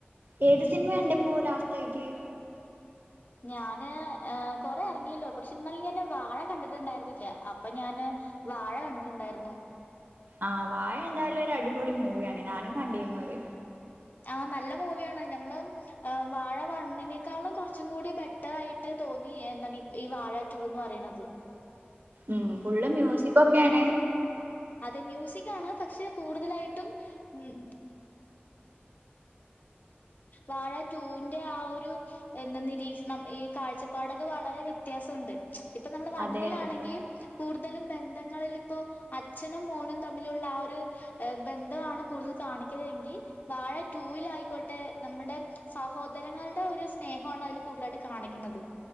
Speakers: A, on the right (about 55°); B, on the left (about 50°).
A: ഏത് സിനിമ കണ്ടേ ഇപ്പോ ലാസ്റ്റ് ആയിട്ട്
B: ഞാന് കൊറെ ഇറങ്ങല്ലോ പക്ഷെ എന്നന്നലെ ഞാന് വാഴ കണ്ടിട്ടുണ്ടായിരുന്നില്ല അപ്പൊ ഞാന് വാഴ കണ്ടിട്ടുണ്ടായിരുന്നു
A: ആഹ് വായ എന്തായാലും ഒരു അടിപൊളി മൂവിയാണ് ഞാനും കണ്ടിരുന്നുത്
B: ആഹ് നല്ല മൂവിയാണ് ഞമ്മള് വാഴ വണ്ണിനേക്കാളും കുറച്ചും കൂടി ബെറ്റർ ആയിട്ട് തോന്നി എന്താണ് ഈ ഈ വാഴ ടൂന്ന് പറയണത്
A: ഉം ഫുള്ള് മ്യൂസിക് ഒക്കെണ്
B: അത് മ്യൂസിക് ആണ് പക്ഷെ കൂടുതലായിട്ടും ഉം വാഴ ടൂവിന്റെ ആ ഒരു എന്താ നിരീക്ഷണം ഈ കാഴ്ചപ്പാടൊക്കെ വളരെ്യ വ്യത്യാസണ്ട് ഇപ്പ നമ്മൾ വണ്ണിലാണെ
A: അതെ അതെ
B: കൂടുതലും ബന്ധങ്ങളിൽ ഇപ്പോ അച്ഛനും മോനും തമ്മിലുള്ള ആ ഒരു ബന്ധമാണ് കൂടുതൽ കാണിക്കത എങ്കിൽ വാഴ ടൂവിൽ ആായിക്കോട്ടെ നമ്മുടെ സഹോദരങ്ങളുടെ ഒരു സ്നേഹ അതില് കൂടുതലായിട്ട് കാണിക്കുന്നത്